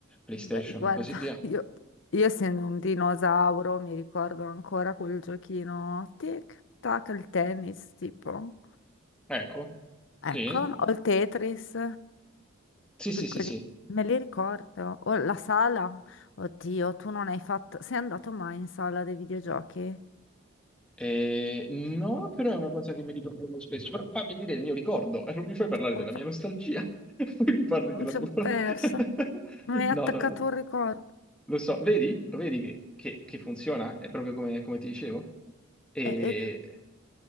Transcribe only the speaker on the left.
Beh, guarda,
io, io essendo un dinosauro mi ricordo ancora quel giochino tic tac il tennis tipo.
Ecco,
o il Tetris,
que-
quelli-
me li ricordo. O la sala. Oddio, tu non hai fatto... Sei andato mai in sala dei videogiochi?
Scusa.
Mi
sono
persa.
Mi hai
attaccato
un ricordo.
E, e-